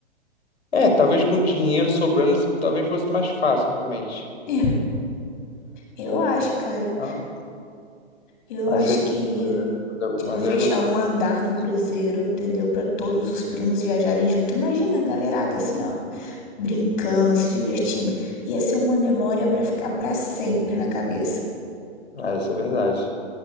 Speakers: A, on the left; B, on the left.
A: É, talvez com dinheiro sobrando, talvez fosse mais fácil, realmente.
B: <laughs> Ih, Eu acho, cara,
A: É,
B: eu
A: Mas,
B: acho
A: você-
B: que
A: mas, eu- mas, eu,
B: Tipo,
A: mas
B: fechar
A: eu ia gos-
B: um
A: eu ia gostar
B: andar
A: de
B: no
A: fazer.
B: cruzeiro, entendeu? Para todos os primos viajarem junto. Imagina a galerada assim, ó. brincando, se divertindo. Ia ser uma memória pra ficar pra sempre na cabeça,
A: Ah, isso é verdade.